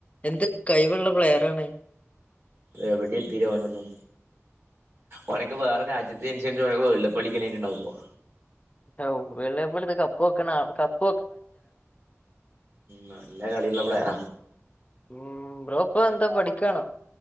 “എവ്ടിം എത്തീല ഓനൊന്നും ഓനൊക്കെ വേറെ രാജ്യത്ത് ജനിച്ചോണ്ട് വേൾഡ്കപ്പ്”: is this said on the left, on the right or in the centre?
Right